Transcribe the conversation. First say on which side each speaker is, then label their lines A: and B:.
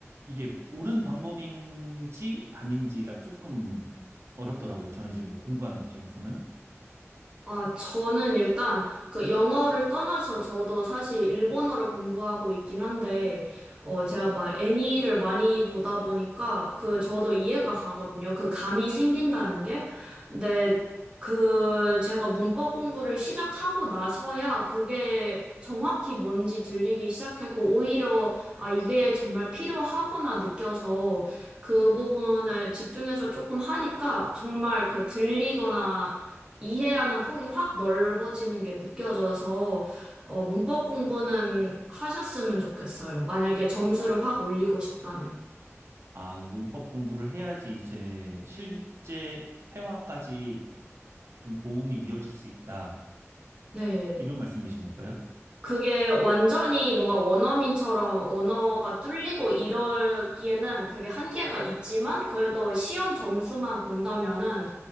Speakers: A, on the right; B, on the right.
A: 이게 옳은 방법인지 아닌지가 조금 어렵더라고요. 저는 이제 뭐 공부하는 입장에서는
B: 아, 저는 일단 그 영어를 떠나서 저도 사실 일본어를 공부하고 있긴 한데, 어, 제가 막 애니를 많이 보다 보니까 그 저도 이해가 가거든요. 그 감이 생긴다는 게. 근데 그 제가 문법 공부를 시작하고 나서야 그게 정확히 뭔지 들리기 시작했고, 오히려 아, 이게 정말 필요하구나 느껴서 그 부분을 집중해서 조금 하니까 정말 그 들리거나 이해하는 폭이 확 넓어지는 게 느껴져서 어, 문법 공부는 하셨으면 좋겠어요. 만약에 점수를 확 올리고 싶다면.
A: 아, 문법 공부를 해야지 이제 실제 회화까지 좀 도움이 이어질 수 있다.
B: 네. 네.
A: 이런 말씀이신 걸까요?
B: 그게 완전히 뭔가 원어민처럼 언어가 뚫리고 이러기에는 되게 한계가 있지만 그래도 시험 점수만 본다면은